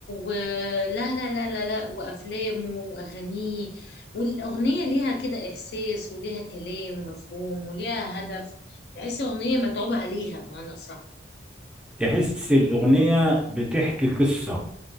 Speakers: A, on the left (about 60°); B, in the centre.
A: ولا لا لا لا لا لا، وافلامه واغانيه والاغنيه ليها كده احساس وليها كلام مفهوم وليها هدف تحس اغنيه متعوب عليها بمعنى صح
B: تحس الأغنية بتحكي قصة